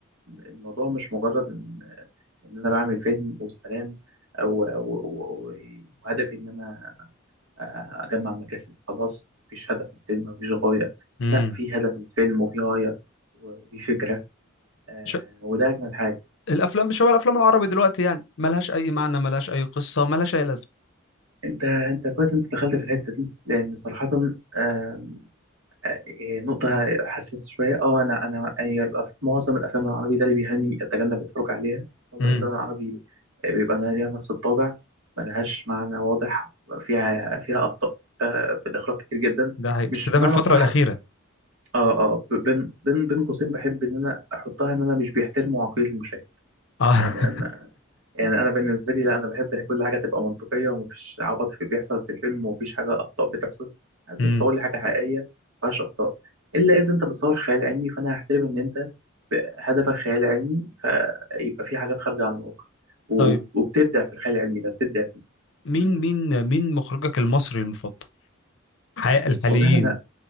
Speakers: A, on the right; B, on the left.
A: الموضوع مش مجرد ان ان انا بعمل فيلم والسلام او أو- أو- أو- وهدفي ان انا آه، اجمع مكاسب خلاص مفيش هدف من الفيلم مفيش غايه
B: امم
A: لا في هدف من الفيلم وفي غايه وفي فكره آه،
B: ش...
A: وده اجمل حاجه
B: الافلام شبه الافلام العربي دلوقتي يعني ملهاش اي معنى ملهاش اي قصه ملهاش اي لازمه
A: انت انت كويس انت دخلت في الحته دي لان صراحه آه، إيه، نقطة حساسة شوية اه انا انا هي الأف- معظم الافلام العربي ده اللي بيهاني اتجنب اتفرج عليها معظم
B: امم
A: الافلام العربي آه، بيبقى أنا ليها نفس الطابع ملهاش معنى واضح فيها فيها اخطاء آه، في الاخراج كتير جدا
B: ده حقيقي
A: مش
B: بس ده
A: بمعنى
B: في الفتره
A: صح
B: الاخيره
A: اه اه ب- بين بين بين قوسين بحب ان انا احطها ان انا مش بيحترموا عقلية المشاهد
B: اه
A: يعني
B: <laughs>
A: يعني انا بالنسبه لي لا انا بحب إن كل حاجه تبقى منطقيه ومفيش عبط في بيحصل في الفيلم ومفيش حاجه اخطاء بتحصل انت
B: امم
A: تصور لي حاجه حقيقيه مفيهاش اخطاء الا اذا انت بتصور خيال علمي فانا هحترم ان انت ب- هدفك خيال علمي فيبقى في حاجات خارجه عن الواقع و-
B: طيب
A: وبتبدع في الخيال العلمي ده بتبدع فيه
B: مين
A: م.
B: مين مين مخرجك المصري المفضل حي... الحاليين
A: والله انا